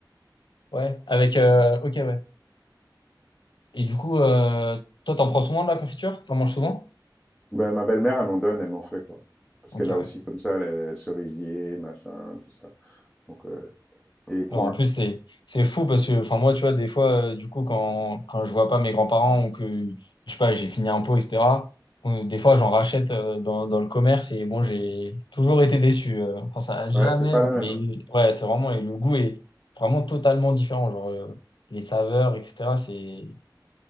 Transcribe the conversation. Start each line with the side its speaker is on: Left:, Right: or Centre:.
Left: Ouais, avec... euh, ok, ouais. Et du coup, euh, toi, t'en prends souvent de la confiture? T'en manges souvent?
Centre: Ben, ma belle-mère, elle m'en donne, elle m'en fait, quoi. Parce
Left: Ok,
Centre: qu'elle a
Left: ouais.
Centre: aussi comme ça les cerisiers, machin, tout ça. Donc, euh, et coin.
Left: Non, en plus, c'est, c'est fou parce que, enfin, moi, tu vois, des fois, euh, du coup, quand, quand je vois pas mes grands-parents ou que, je sais pas, j'ai fini un pot, etc., ou des fois, j'en rachète euh, dans, dans le commerce et bon, j'ai toujours été déçu. euh. Enfin, ça a jamais,
Centre: Ouais, c'est pas la même.
Left: mais
Centre: hein.
Left: ouais, c'est vraiment, et le goût est vraiment totalement différent. Genre, euh, les saveurs, etc., c'est,